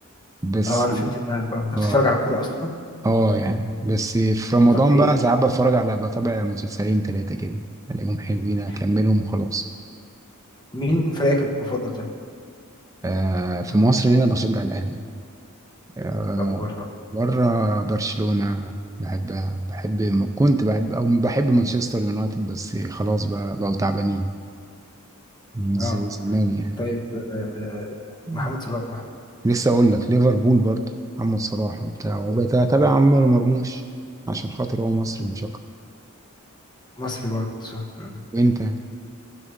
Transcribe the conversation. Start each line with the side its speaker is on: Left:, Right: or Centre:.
Right: بس
Left: آه، أنا فهمت دماغك آه، أنت بتتفرج
Right: أه
Left: على كورة أصلًا؟
Right: أه يعني بس في رمضان
Left: طب إيه
Right: بقى ساعات بتفرج على بتابع مسلسلين تلاتة كده ألاقيهم حلوين
Left: إمم،
Right: أكملهم وخلاص
Left: مين فريقك المفضل طيب؟
Right: آه في مصر هنا بشجع الأهلي آه،
Left: طب وبرّه
Right: بره برشلونة بحبها بحب كنت بحب أو بحب مانشستر يونايتد بس خلاص بقى بقوا تعبانين مش
Left: اه
Right: زي زمان يعني
Left: طيب آه،
Right: مم.
Left: محمد صلاح
Right: لسه أقول لك ليفربول برضه محمد صلاح وبتاع وبقيت أتابع
Left: اه
Right: عمر مرموش عشان خاطر هو مصري مش أكتر
Left: مصري برضه صح مم.
Right: وأنت